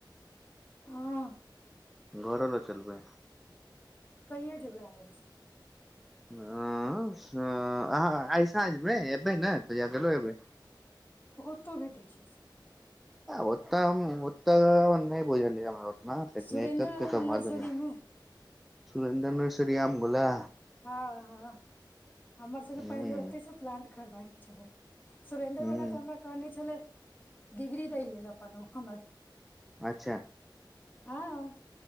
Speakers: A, on the left; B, in the centre.
A: हँ
B: घर ल चलबै
A: कहिए जेबै अहाँ से
B: हँ आइ साँझ मे एबै ने त फेरो अबै
A: ओतो भेटैत छै सब
B: ओतम तऽन नहिइ प लियरा त
A: सुरेन्द्र
B: नहि तऽ मधमे
A: नर्सरी मे
B: सुरेन्द्र श्रआामगुलला
A: हँ हँ हमर सबके
B: हूं
A: पहिले ओतेसँ प्लांट खरीदा हइ छलै सुरेन्द्र
B: हूं
A: बला तऽ हमरा कहने छलै डिग्री दै लेल अपन ओ हमर
B: अच्छा
A: हँ